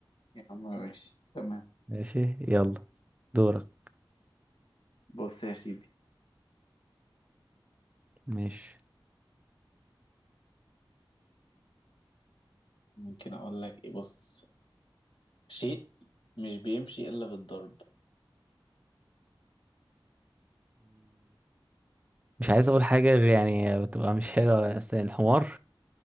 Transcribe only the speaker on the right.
ماشي يلا دورك
ماشي
مش عايز اقول حاجه غير يعني بتبقى مش حلوه بس الحمار